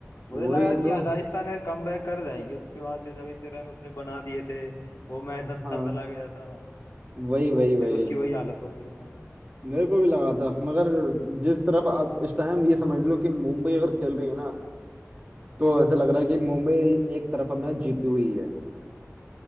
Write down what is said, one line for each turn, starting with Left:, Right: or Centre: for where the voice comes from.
Left: मुझे
Right: वही
Left: लगा कि
Right: तो
Left: राजस्थान यार कम बैक कर जाएगी उसके बाद में जब इतने रन उसने बना दिए थे वो मैच
Right: हाँ
Left: अच्छा चला गया था
Right: वही वही
Left: आज
Right: वही
Left: फिर उसकी वही हालत हो गई है
Right: मेरे को भी लगा था मगर जिस तरफ अब इस टाइम ये समझ लो कि मुंबई अगर खेल रही है ना तो ऐसा लग रहा है कि मुंबई एक तरफा मैच जीती हुई है